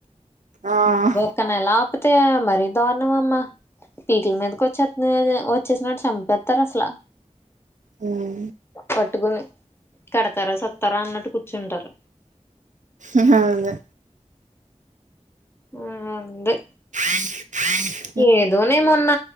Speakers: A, on the right; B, on the left.
A: ఆహ్.
B: ఒక్కనెలా ఆపుతే మరి దారణం అమ్మా. పీకుల మీదకు వచ్చేసి వచ్చేసినట్టు చంపేస్తారు అసలు.
A: హ్మ్.
B: పట్టుకొని కడతారా సత్తారా అన్నట్టు కూర్చుంటారు.
A: ఆహ్ అవును.
B: ఆహ్ అంది.
A: అవు అవు
B: ఏదోనే మొన్న